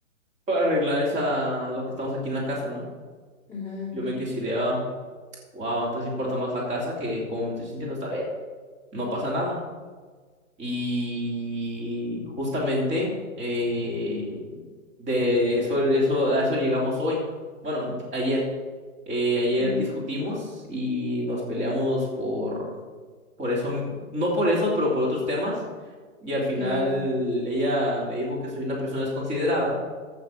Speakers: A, on the right; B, in the centre.
A: para arreglar esa, lo que estamos aquí en la casa, ¿no?
B: Ujú, ujú,
A: Yo me quedé, así de, ah, wow, entonces importa más la casa que cómo me estoy sintiendo. Está bien, no pasa nada. Y justamente eh, de eso, eso, a eso llegamos hoy. Bueno, ant- ayer. Eh, ayer
B: ujú,
A: discutimos y nos peleamos por por eso, no por eso, pero por otros temas. Y al final
B: Claro.
A: ella me dijo que soy una persona desconsiderada